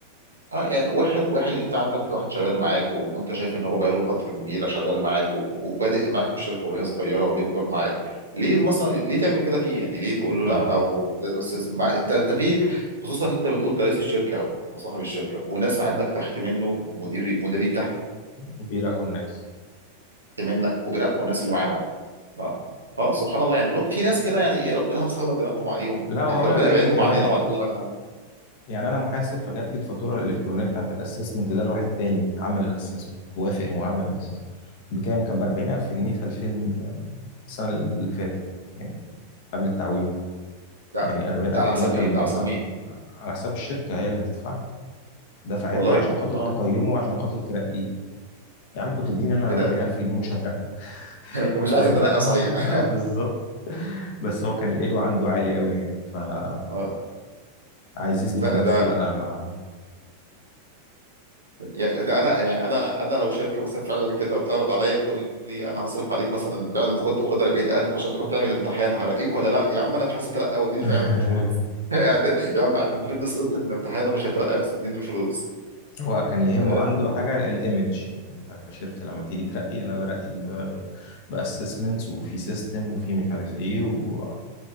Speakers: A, on the right; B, on the left.
A: اه يعني واحد واحد انت عندك واحد شغال معاك و... وانت شايف ان هو بقاله فتره كبيره شغال معاك و... وبادئ معاك من الشركه وهي صغيره وبيكبر معاك ليه مثلا ليه تعمل كده فيه يعني ليه تقول له
B: اه
A: لا او لازم استثمر مع... انت انت في خصوصا ان انت بتقول ده رئيس الشركه او صاحب الشركه وناس عندك تحت منه مدير مديرين تحت
B: بيرقوا الناس
A: منك وبراء والناس اللي معاهم اه, آه سبحان الله يعني بقول لك في ناس كده يعني ايه ربنا <laughs> مسلط دماغهم عليهم
B: لا
A: يعني
B: وهقول
A: ربنا
B: لك ايه
A: يبعدهم
B: كمان
A: عننا وعن ربنا يبعد عنهم
B: يعني انا محاسب فجات لي الفاتوره الالكترونيه بتاعت الاسسمنت ده لواحد تاني عمل الاسسمنت وافق وعمل الاسسمنت بكام كان ب 40000 جنيه في 2000 السنه اللي فاتت يعني قبل التعويم
A: لا
B: يعني 40000
A: ده على حساب
B: جنيه كان
A: ايه ده
B: بقى
A: على حساب
B: كان
A: مين
B: على حساب الشركه هي اللي هتدفعها دفعتها
A: والله
B: عشان خاطر
A: اه
B: تقيمه عشان خاطر ترقيه يا عم كنت اديني انا
A: ايه ده
B: 40000 جنيه ومش هترقى
A: ومش عايز
B: فاهم
A: اترقى
B: <laughs>
A: صحيح <laughs>
B: آه، بالظبط بس هو كان الايجو عنده عالي قوي يعني فعايز
A: اه
B: يثبت
A: لا
B: لنفسه
A: ده
B: لا ما
A: يا- ده انا يعني انا انا لو شركه مثلا فعلا كده بتعرض عليا بتقول لي انا هصرف عليك مثلا فعلا خد خد 40000 عشان تروح تعمل امتحان هرقيك ولا لا يا عم انا مش عايز اترقى واديني
B: <laughs>
A: فعلا الفلوس <laughs> اعت- يا عم اعتبرني سقطت في الامتحان ومش هترقى بس اديني الفلوس
B: هو كان يهمه
A: آه،
B: عنده حاجه الايمج يعني انت كشركه لما تيجي ترقي انا برقي باسسمنتس وفي سيستم وفي مش عارف ايه و-